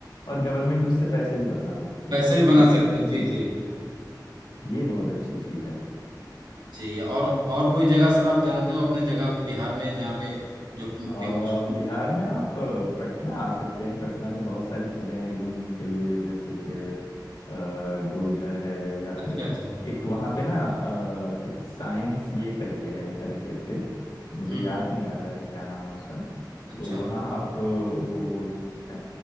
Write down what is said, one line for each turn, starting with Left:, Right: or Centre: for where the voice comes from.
Left: और गवर्नमेंट उससे पैसे भी बना सकती
Right: पैसे
Left: है तो
Right: भी बना
Left: ये कहीं
Right: सकते हैं
Left: ना
Right: जी
Left: कहीं
Right: जी
Left: ये बहुत अच्छी चीज है
Right: जी और और कोई जगह सर आप जानते हो अपने जगह बिहार में जहाँ पे जो फेमस
Left: अ, बिहार में आप अ, पटना आ सकते हैं पटना में बहुत सारी चीज़ें हैं घूमने के लिए जैसे कि अ, गोलघर है या
Right: अच्छा
Left: फिर
Right: अच्छा
Left: एक वहाँ पे ना अ, एक साइंस ये करके है घर करके मुझे
Right: हम्म हम्म,
Left: याद नहीं आ रहा है क्या नाम है उसका
Right: अच्छा
Left: तो वहाँ आप अ, वो अ,